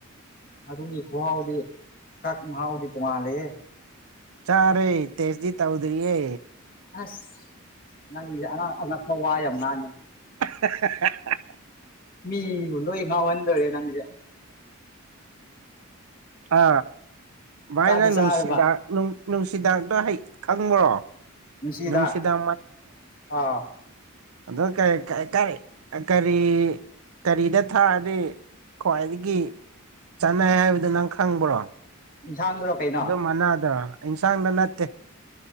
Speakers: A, on the left; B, on the right.
A: ꯑꯗꯨꯒꯤ ꯈꯨꯍꯥꯎꯗꯤ ꯈꯛ ꯃꯍꯥꯎꯗꯤ ꯇꯣꯡꯉꯥꯜꯂꯦꯍꯦ
B: ꯆꯥꯔꯦ ꯇꯦꯁꯗꯤ ꯇꯧꯗ꯭ꯔꯤꯌꯦ
A: ꯑꯁ ꯅꯪꯒꯤꯖ‌ꯦ ꯑꯉꯥꯡ ꯑꯉꯛꯄ ꯋꯥ ꯌꯥꯝ ꯉꯥꯡꯉꯦ
B: <unintelligible>
A: ꯃꯤꯕꯨ ꯂꯣꯏ ꯉꯥꯎꯍꯟꯗꯣꯏꯔꯦ ꯅꯪꯖꯦ
B: ꯑ ꯚꯥꯏꯅ
A: ꯆꯥꯗꯤ
B: ꯅꯨꯡꯁꯤꯕ
A: ꯆꯥꯔꯕ
B: ꯅꯨꯡ ꯅꯨꯡꯁꯤꯗꯥꯡꯗꯣ ꯍꯩ ꯈꯪꯕ꯭ꯔꯣ
A: ꯅꯨꯡꯁꯤ ꯍꯤꯗꯥꯛ
B: ꯅꯨꯡꯁꯤꯗꯥꯛ
A: ꯑꯥꯎ
B: ꯑꯗ‌ꯣ ꯀꯩ ꯀꯩ ꯀꯔꯤ ꯑꯥ ꯀꯔꯤ ꯀꯔꯤꯗ ꯊꯛꯑꯗꯤ ꯈ꯭ꯋꯥꯏꯗꯒꯤ ꯆꯥꯅꯩ ꯍꯥꯏꯕꯗ‌ꯣ ꯅꯪ ꯈꯪꯕ꯭ꯔꯣ
A: ꯏꯟꯁꯥꯡꯗꯨꯔꯣ ꯀꯩꯅꯣ
B: ꯑꯗ‌ꯣ ꯃꯅꯥꯗ ꯏꯟꯁꯥꯡꯗ ꯅꯠꯇꯦ